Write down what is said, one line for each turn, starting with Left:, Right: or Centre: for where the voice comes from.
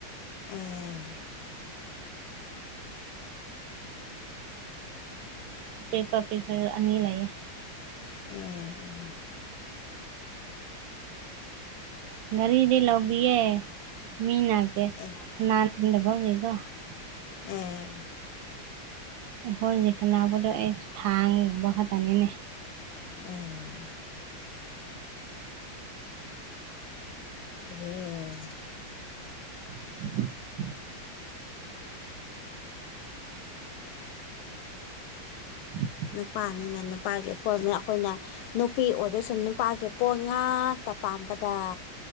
Left: ꯎꯝ
Right: ꯄꯦꯄꯔ ꯄꯦꯄꯔ ꯑꯅꯤ ꯂꯩꯌꯦ
Left: ꯎꯝ
Right: ꯒꯥꯔꯤꯗꯤ ꯂꯧꯕꯤꯌꯦ ꯃꯤꯅ ꯀꯩ
Left: ꯑꯦ <inaudible>
Right: <inaudible>
Left: ꯎꯝ
Right: ꯑꯈꯣꯏꯅꯤ ꯁꯥꯟꯅꯕꯗꯣ ꯑꯩꯁꯨ ꯊꯥꯡꯕ ꯈꯛꯇꯅꯤꯅꯦ
Left: ꯎꯝ <inaudible> ꯎꯝ
Right: <inaudible> <inaudible>
Left: ꯅꯨꯄꯥꯅꯤꯅ ꯅꯨꯄꯥꯒꯤ ꯑꯄꯣꯏꯃꯦ ꯑꯩꯈꯣꯏꯅ ꯅꯨꯄꯤ ꯑꯣꯏꯔꯁꯨ ꯅꯨꯄꯥꯒꯤ ꯄꯣꯠ ꯉꯥꯛꯇ ꯄꯥꯝꯕꯗ